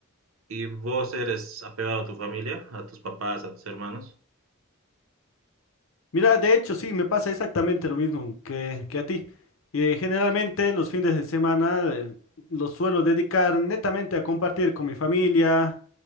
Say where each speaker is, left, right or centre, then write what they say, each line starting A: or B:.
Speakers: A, on the right (about 70°); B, on the left (about 65°).
A: y, vos eres apegado a tu familia, a tus papás, a tus hermanos?
B: Mira, de hecho, sí, me pasa exactamente lo mismo que, que a ti. Eh, generalmente los fines de semana eh, los suelo dedicar netamente a compartir con mi familia,